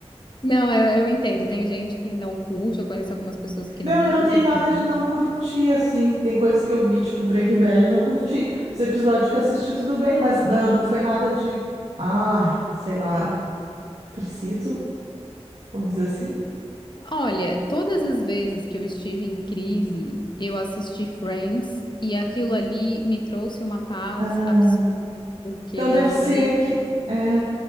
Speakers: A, on the left; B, on the right.
A: Não, eu, eu entendo. Tem gente que não curte, eu conheço algumas pessoas que
B: Não,
A: não curtem
B: eu não tenho nada
A: também.
B: de não curtir, assim. Tem coisas que eu vi, tipo Breaking Bad, eu não curti. Os episódios que eu assisti, tudo bem, mas não, não foi nada de, ah, sei lá, preciso, vamos dizer assim.
A: Olha, todas as vezes que eu estive em crise, eu assisti Friends e aquilo ali me trouxe uma paz
B: Ah,
A: absurda, porque
B: então deve ser
A: é... isso.
B: que. É,